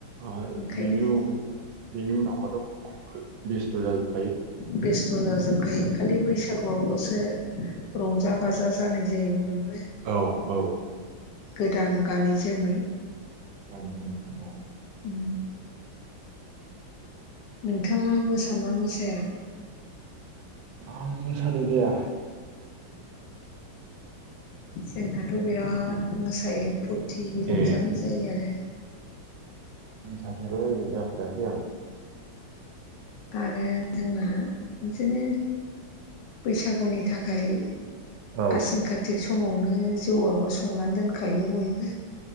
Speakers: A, on the right; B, on the left.
A: आरो
B: ओंखायनो
A: बेनि बेनि उनावबाथ' बयबो बेस्थ' जाजोबखायो।
B: बेस्थ' जाजोबखायो खालि बैसागुआवल'सो रंजा बाजा जानाय जायो बय बो
A: औ औ
B: गोदान गानै जोमै
A: गानै जोमै औ
B: उम नोंथाङा मोसाना मोसाया?
A: आं मोसानाय जाया
B: जोंहाथ' बिराद मोसायो। फुरथि रंजानाय
A: ए
B: जायो आरो।
A: मोसाफेरो रोजाबफेराखै आं
B: आरो जोंनाहा बिदिनो बैसागुनि थाखाय
A: औ
B: आसिन कातिक समावनो जौआबो संनानै दोनखायो बयबो